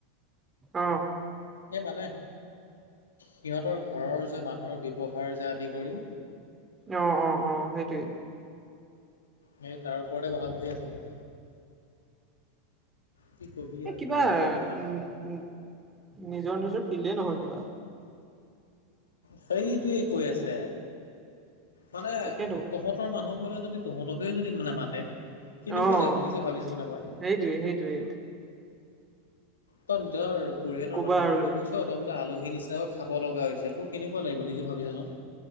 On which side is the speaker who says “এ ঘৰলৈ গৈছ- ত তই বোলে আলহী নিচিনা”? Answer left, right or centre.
Left